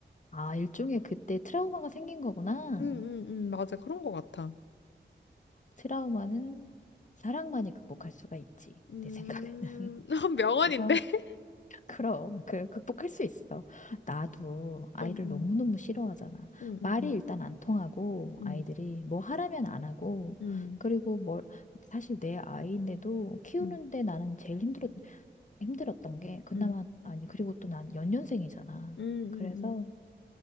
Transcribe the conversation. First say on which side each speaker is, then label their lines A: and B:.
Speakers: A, on the left; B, on the left.
A: 아, 일종의 그때 트라우마가 생긴 거구나.
B: 응응응 맞아 그런 거 같아.
A: 트라우마는 사랑만이 극복할 수가 있지.
B: 음
A: 내 생각에는. <laughs>
B: <laughs> 명언인데.
A: 그래서,
B: <laughs>
A: 그럼, 그, 극복할 수 있어. 나도 아이를
B: 응응
A: 너무너무 싫어하잖아.
B: 응응응
A: 말이 일단 안 통하고,
B: 음,
A: 아이들이 뭐 하라면 안 하고,
B: 음,
A: 그리고 뭘, 사실 내 아이인데도 키우는데
B: 음,
A: 나는 제일 힘들었, 힘들었던 게, 그나마,
B: 음,
A: 아니, 그리고 또 난 연년생이잖아.
B: 음, 음,
A: 그래서,